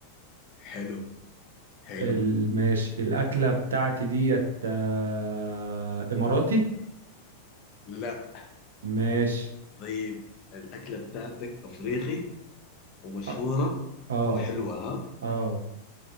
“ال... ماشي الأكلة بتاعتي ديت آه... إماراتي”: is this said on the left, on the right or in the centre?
Right